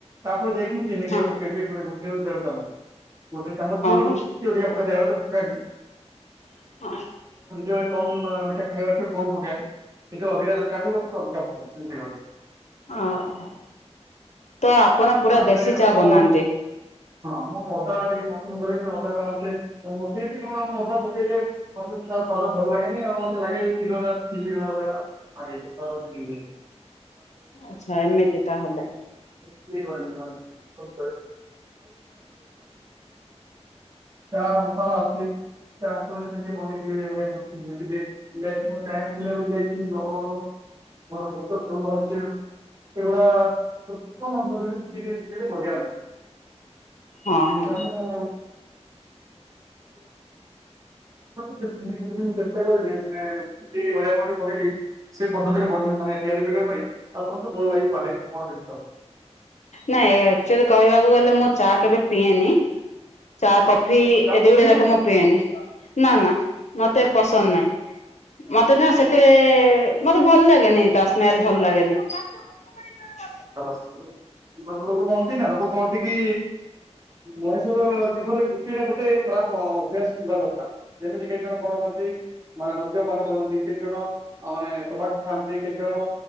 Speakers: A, on the right (about 30°); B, on the left (about 80°).
A: ତାପରେ ଯାଇକି ଚିନିଟିକେ
B: ହଁ
A: ପକେଇବି ମାନେ, ଗୋଟେ ଦେଢ଼ ଚାମଚ। ଗୋଟେ ଚାମଚ
B: ହଁ
A: ରୁ ଟିକେ ଅଧିକା ପକାଏ। ଦେଢ଼ ଚା ପକାଏନି
B: ହଁ ହଁ
A: <unintelligible> କମ୍ ମିଠା ଖାଇବାର ଥିବ, କମ୍ ପକାଏ। ଟିକେ ଅଧିକା ଦରକାର ଥିବ, ଟିକେ ଅଧିକା ପକାଏ। ସେମିତି
B: ଓହୋ! ତ ଆପଣ ପୁରା
A: ତାପରେ
B: ଦେଶୀ ଚା
A: ମୁଁ
B: ବନାନ୍ତି।
A: ହଁ, ମୁଁ ଅଦା ଟିକେ ପସନ୍ଦ କରେନି। ଅଦାଟା ହଉଛି କିମିତି କଣ ମୁଁ ଅଦା ପକେଇଲେ ମୋତେ <unintelligible> ମତେ ଭଲ ଲାଗେନି ଆଉ। ମତେ ଲାଗେ କ୍ଷୀରଟା ଛିଣ୍ଡି ଗଲା ଭଳିଆ ଲାଗେ
B: ଆଚ୍ଛା ଏମିତି ତାହେଲେ
A: <unintelligible> <unintelligible> ଇଏ କରେନି ମାନେ <unintelligible> ତା ଉସଲା ଅଛି। <unintelligible> <unintelligible> ସେଗୁଡା, ସବୁ କ-କଣ କରିବେ? ଟିକେ ଟିକେ ଟିକେ ବଢିଆ ନାଗି
B: ହଁ ହଁ
A: <inaudible> ପ୍ରଥମ ପଢ଼େଇ ଦେଇଛି। ଆପଣ <unintelligible> ଚେଷ୍ଟା କରିବେ ମାନେ ଏ ଭଳିଆ <unintelligible> କହିଲି ସେ ପଦ୍ଧତିରେ ବଢେଇ ପ୍ରାୟ ତିଆରି କରିବା ପାଇଁ, ଆପଣଙ୍କୁ ଭଲ ଲାଗିପାରେ ମୋର ବିଶ୍ୱାସ।
B: ନାଇଁ, ଆକ୍ଚୁଆଲି କହିବାକୁ ଗଲେ, ମୁଁ ଚା କେବେ ପିଏନି? ଚା, କଫି
A: ତ
B: ଏ
A: ଯାହାକୁ
B: ଦି ଗୁଡା
A: ଶୁଣିବେ
B: ଯାକ
A: ଆପଣ
B: ମୁଁ ପିଏନି। ନା, ନା ମତେ ପସନ୍ଦ ନାହିଁ। ମତେ ନା ସେଥିରେ-ରେ, ମତେ ଭଲ ଲାଗେନି! ତା ସ୍ମେଲ ଭଲ ଲାଗେନି। <inaudible>
A: <unintelligible> ଲୋକ କହନ୍ତି ନା ଲୋକ କହନ୍ତି କି ମଣିଷର ଜୀବନ କହିଲେ ଗୋଟେ ନା ଗୋଟେ ଖରାପ ଅଭ୍ୟାସ ଥିବା ଦରକାର। ଯେମିତି କେତ ଜଣ କଣ କରନ୍ତି ମାନେ ମଦ୍ୟପାନ କରନ୍ତି କେତେ ଜଣ, ଆଉ ମାନେ ତବାକୁ ଖାଆନ୍ତି କେତେଜଣ,